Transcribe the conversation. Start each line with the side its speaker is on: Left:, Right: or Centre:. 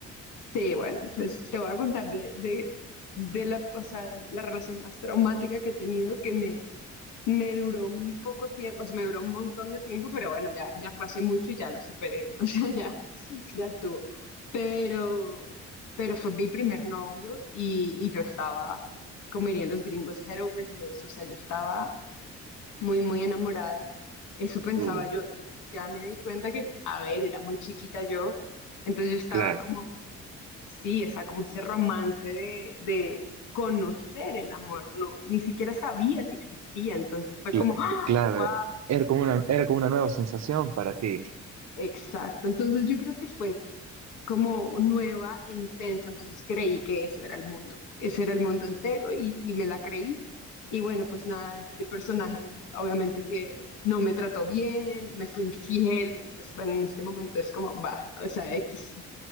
Left: Sí, bueno, pues te voy a contar de, de, de la, o sea, de la relación más traumática que he tenido que me Me duró un poco tiempo, o sea, me duró un montón de tiempo, pero bueno, ya, ya fue hace mucho y ya lo superé, <laughs> o sea, ya, ya estuvo. Pero, pero fue mi primer novio y, y yo estaba, como dirían los gringos, head over heels, o sea, yo estaba muy, muy enamorada, eso pensaba
Right: Tú,
Left: yo, y ya me di cuenta que, a ver, era muy chiquita yo, entonces yo estaba
Right: claro,
Left: como Sí, o sea, como ese romance de, de conocer el amor, no, ni siquiera sabía que existía, entonces fue
Right: cla-
Left: como, ¡ah!
Right: claro,
Left: ¡Wow!
Right: era como una, era como una nueva sensación para ti.
Left: Exacto, entonces yo creo que fue como nueva e intensa, entonces creí que eso era el mundo, ese era el mundo entero y, y me la creí. Y bueno, pues nada, este personaje obviamente que no me trató bien, me fue infiel, y pues bueno, en este momento es como, va, o sea, X.